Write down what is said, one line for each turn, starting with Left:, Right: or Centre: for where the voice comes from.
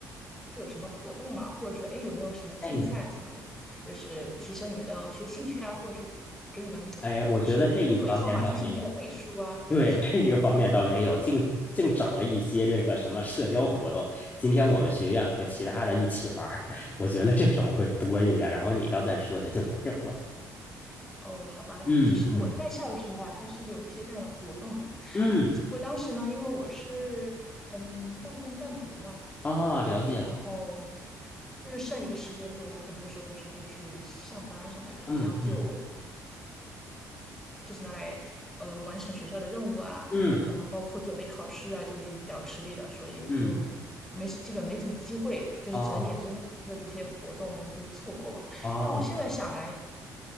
Centre: 有什么活动吗？或者说，哎，有没有什么竞赛什么的，
Left: 哎
Centre: 就是提升你们的学习兴趣啊，或者是给你们就是工作以后嘛，
Left: 哎，我觉得这一方面倒没有。
Centre: 进行一定的背书啊？我的意思是。
Left: 对，这一个方面倒没有，净净整了一些这个什么社交活动。今天我们学院和其他的一起玩儿，<laughs> 我觉得这种会多一点。然后你刚才说的就没有了。
Centre: 哦，好吧，
Left: 嗯嗯
Centre: 其实我在校的时候啊，它是有一些这样的活动的，<sucks teeth>
Left: 嗯，
Centre: 只不过当时呢，因为我是嗯半工半读嘛，
Left: 啊，了解了。
Centre: 啊，然后就是剩余的时间都很多时候都是会去上班啊什么，
Left: 嗯嗯
Centre: 然后就就是拿来呃完成学校的任务啊，
Left: 嗯
Centre: 呃，包括准备考试啊，就已经比较吃力了，所以就
Left: 嗯，
Centre: 没基本没怎么机会，就就是只能眼睁睁的这些活动就错过吧。
Left: 哦哦，
Centre: 但我现在想来。
Left: 了解